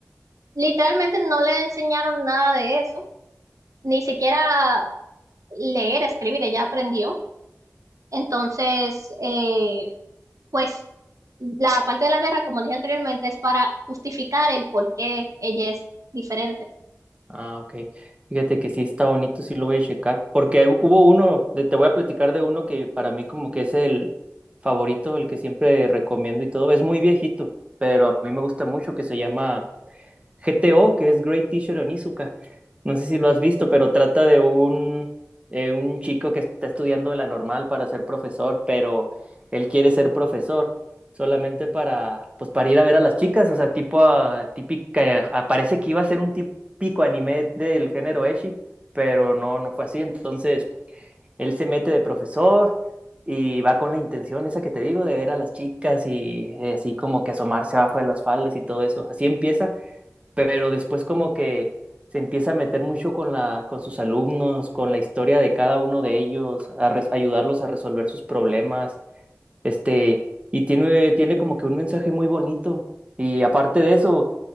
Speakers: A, on the right; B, on the right.
A: literalmente no le enseñaron nada de eso, ni siquiera leer, escribir, ella aprendió. Entonces, eh, pues la parte de la guerra, como dije anteriormente, es para justificar el por qué ella es diferente.
B: Ah, ok. Fíjate que sí está bonito, sí lo voy a checar. Porque hubo uno, de- te voy a platicar de uno que para mí como que es el favorito, el que siempre recomiendo y todo. Es muy viejito, pero a mí me gusta mucho, que se llama GTO, que es Great Teacher Onizuka. No sé si lo has visto, pero trata de un, eh, un chico que está estudiando la normal para ser profesor, pero él quiere ser profesor solamente para, pues, para ir a ver a las chicas, o sea, tipo ah, típica, ah, parece que iba a ser un típico anime del género Eshi, pero no, no fue así. Entonces, él se mete de profesor y va con la intención esa que te digo de ver a las chicas y eh, así como que asomarse abajo de las faldas y todo eso. Así empieza pero después como que se empieza a meter mucho con la, con sus alumnos, con la historia de cada uno de ellos, a res- ayudarlos a resolver sus problemas. Este, y tiene, tiene como que un mensaje muy bonito. Y aparte de eso,